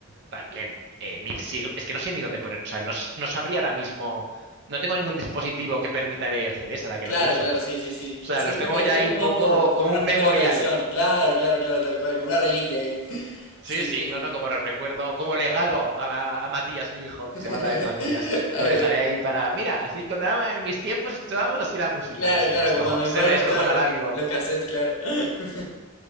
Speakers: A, on the right; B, on the left.
A: también eh, mil siglos. Es que no sé ni dónde poner, o sea, no, no sabría ahora mismo, no tengo ningún dispositivo que permita leer CDs, ahora que
B: Claro,
A: lo pienso.
B: claro,
A: O
B: sí, sí, sí.
A: sea,
B: Sí,
A: los
B: es como,
A: tengo
B: es,
A: ya
B: es
A: ahí
B: como
A: un
B: más
A: poco
B: por, por
A: como
B: un
A: un
B: artículo
A: memorial.
B: de colección. Claro, claro, claro, tal cual, como una reliquia ahí.
A: Sí,
B: Sí,
A: sí,
B: sí,
A: no,
B: sí.
A: no, como recuerdo, como legado a, a Matías, mi hijo, que
B: <laughs>
A: se llama también Matías.
B: Ay,
A: Lo dejaré
B: Dios.
A: ahí para, mira, así cuando era en mis tiempos escuchábamos así la música
B: Claro,
A: y se
B: claro,
A: me, escojo,
B: como cuando mis
A: se
B: padres
A: me descojonará
B: mostraban los, ca-
A: vivo.
B: los cassettes, claro. <laughs>